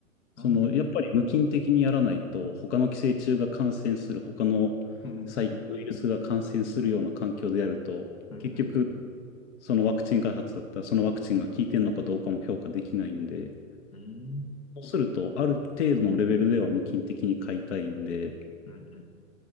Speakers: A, on the left; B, on the left.
A: あー
B: その、やっぱり無菌的にやらないと、他の寄生虫が感染する、他の細菌ウイルスが感染するような環境でやると、
A: うん、うん、
B: 結局、
A: うん、
B: そのワクチン開発だったら、そのワクチンが効いてるのかどうかも評価できないんで、
A: うん、うん、
B: そうすると、ある程度のレベルでは無菌的に飼いたいんで、
A: うん、うん、